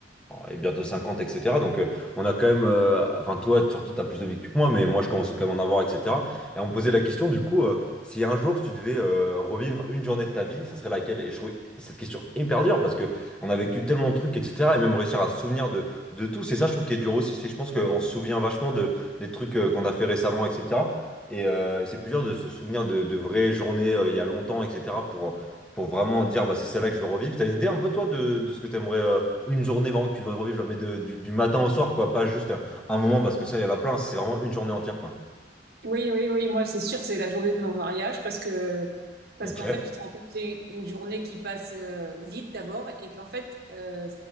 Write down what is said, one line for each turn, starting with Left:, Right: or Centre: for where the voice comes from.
Centre: et bientôt 50, etc. Donc, euh, on a quand même. euh, enfin, toi, surtout, t'as plus de vie que moi, mais moi, je commence à quand même à en avoir, etc. Et on me posait la question, du coup, euh, si un jour, si tu devais euh, revivre une journée de ta vie, ça serait laquelle? Et je trouve cette question hyper dure parce que on a vécu tellement de trucs, etc. Et même réussir à se souvenir de, de tout, c'est ça, je trouve, qui est dur aussi. C'est, je pense qu'on se souvient vachement de des trucs euh, qu'on a fait récemment, etc. Et euh, c'est plus dur de se souvenir de, de vraies journées euh, il y a longtemps, etc. pour, pour vraiment dire bah, c'est celle-là que je veux revivre. T'as une idée un peu, toi, de, de ce que t'aimerais, euh, une journée vraiment que tu devrais revivre, genre, mais de- du, du matin au soir, quoi, pas juste un, un moment, parce que ça, il y en a plein, c'est vraiment une journée entière, quoi.
Right: Oui, oui, oui, moi c'est sûr que c'est la journée de mon mariage parce que parce
Centre: Ok.
Right: qu'en fait tu te rends compte que c'est une journée qui passe euh, vite d'abord et qu'en fait euh,